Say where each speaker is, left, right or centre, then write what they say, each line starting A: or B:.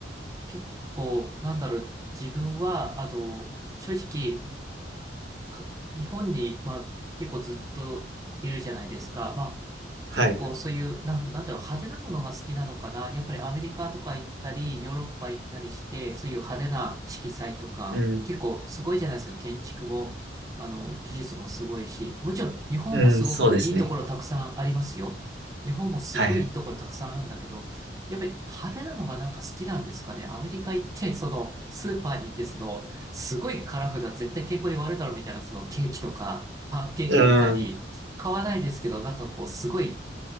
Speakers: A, on the right; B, on the right.
A: 結構、なんだろう、自分は、あの、正直、か日本に、まあ、結構ずっといるじゃないですか。まあ、結構そういう、
B: はい。
A: なん、なんだろう、派手なものが好きなのかな。やっぱりアメリカとか行ったり、ヨーロッパ行ったりして、そういう派手な色彩とか、
B: うん。
A: 結構すごいじゃないですか。建築も、あの、美術もすごいし、もちろん日本もすごくいいところたくさんありますよ。
B: うん。そうですね。
A: 日本もすごいいいところたくさんあるんだけど、
B: はいはい。
A: やっぱり派手なのがなんか好きなんですかね。アメリカ行って、その、スーパーに行って、その、すごいカラフルな、絶対健康に悪いだろうみたいな、そのケーキとか、パンケーキ見たり、
B: うん。
A: 買わないですけど、なんかこう、すごい、